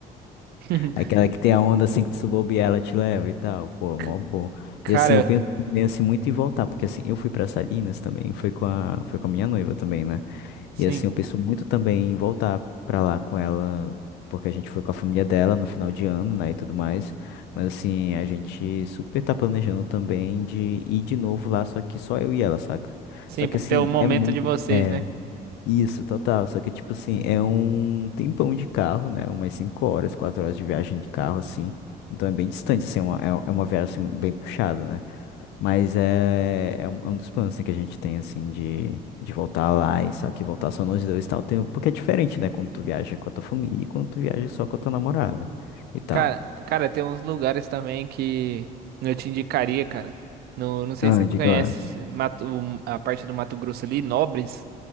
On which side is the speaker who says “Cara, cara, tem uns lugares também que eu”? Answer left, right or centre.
Right